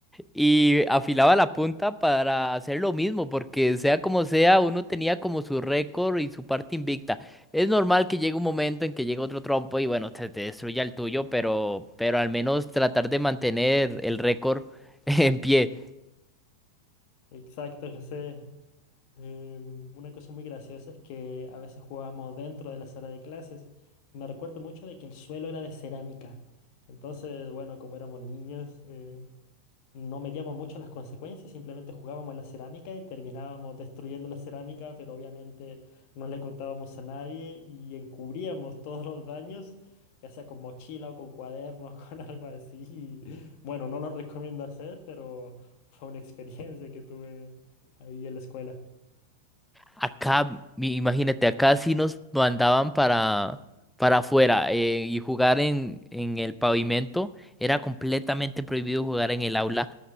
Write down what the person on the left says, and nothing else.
Exacto, José. Em, una cosa muy graciosa es que a veces jugábamos dentro de la sala de clases. me recuerdo mucho de que el suelo era de cerámica. Entonces, bueno, como éramos niños, eh, no medíamos mucho las consecuencias, simplemente jugábamos la cerámica y terminábamos destruyendo la cerámica, pero obviamente no le contábamos a nadie y encubríamos todos los daños, ya sea con mochila o con cuadernos, <laughs> con algo así. Y, bueno, no lo recomiendo hacer, pero fue una experiencia que tuve ahí en la escuela.